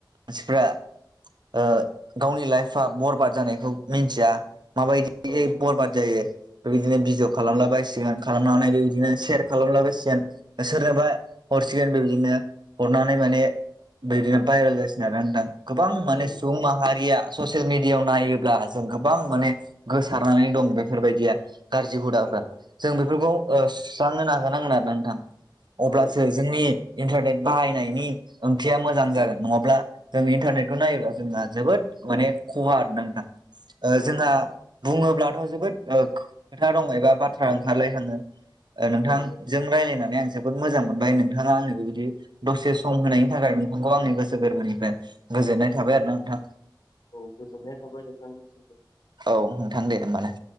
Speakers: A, on the right; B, on the left.
A: मानसिफ्रा ओ गावनि लाइफआ बरबाद जानाय खौ मिथिया माबायदि
B: औ
A: बरबाद जायो बिदिनो भिडिअ खालामला बायसिगोन खालामनानै बिदिनो सेयार खालामला बायसिगोन सोरनोबा हरसिगोन बेबायदिनो हरनानै माने बिदिनो भाइरेल जासिगोन आरोना नोंथां। गोबां माने
B: औ
A: सुबुं माहारिया ससियेल मिडियायाव नायो ब्ला जों गोबां माने गोसारनानै दं बेफोरबायदिया गाज्रि हुदाफ्रा
B: औ
A: जों बेफोरखौ ओ सुस्रांनो नाजानांगोन आरो ना नोंथां? अब्लासो
B: औ
A: जोंनि इन्टारनेट बाहायनायनि ओंथिया मोजां जागोन नङाब्ला जों इन्टारनेटखौ नायोब्ला जोंहा जोबोद माने खहा आरो ना नोंथां ओ
B: औ
A: जोंहा
B: नंगौ
A: बुङोब्ला थ जोबोद ओ खोथा दङ एबा बाथ्रा ओंखारलाय होनो ओ नोंथांजों
B: औ औ
A: रायलायनानै नै आं जोबोद मोजां मोनबाय नोंथाङा आनो बेबायदि दसे सम होनायनि थाखाय नोंथांगौ आंनि गोसो गोरबोनिफ्राय गोजोननाय थाबाय आरो ना नोंथां?
B: औ गोजोननाय थाबाय नोंथांनिसिमबो।
A: औ नोंथां दे होमबालाय।